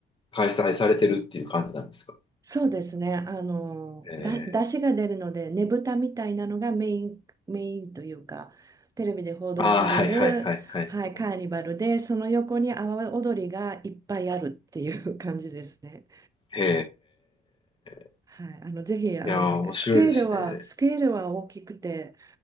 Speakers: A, on the left (about 25°); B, on the right (about 15°).
A: 開催されてるっていう感じなんですか。
B: そうですね。あの、
A: えー、
B: だ、出汁が出るので、ねぶたみたいなのがメイン、メインというか、テレビで報道される、
A: ああ、はいはいはいはいはい。
B: はい、カーニバルで、その横に阿波踊りがいっぱいあるっていう感じですね。
A: へえ、
B: はい、あの、ぜひ、あの、
A: いやー、面白いですね。
B: スケールは、スケールは大きくて、